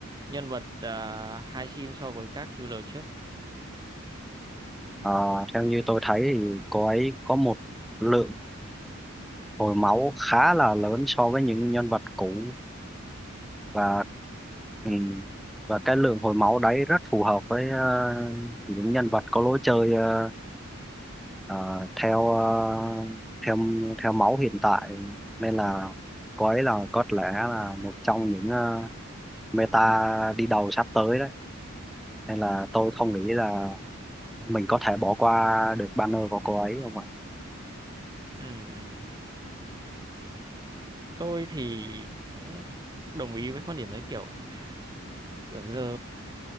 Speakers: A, on the right; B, in the centre.
A: nhân vật uh, hai xin so với các healer trước
B: Ờ, theo như tôi thấy thì cô ấy có một lượng hồi máu khá là lớn so với những nhân vật cũ và ừ, và cái lượng hồi máu đấy rất phù hợp với ờ, những nhân vật có lối chơi ờ, ờ, theo ờ, theo theo máu hiện tại nên là cô ấy là có lẽ là một trong những ờ, meta đi đầu sắp tới đấy nên là tôi không nghĩ là mình có thể bỏ qua được banner của cô ấy không ạ
A: Ừm, ừm, ừm. tôi thì cũng đồng ý với quan điểm đấy kiểu kiểu giờ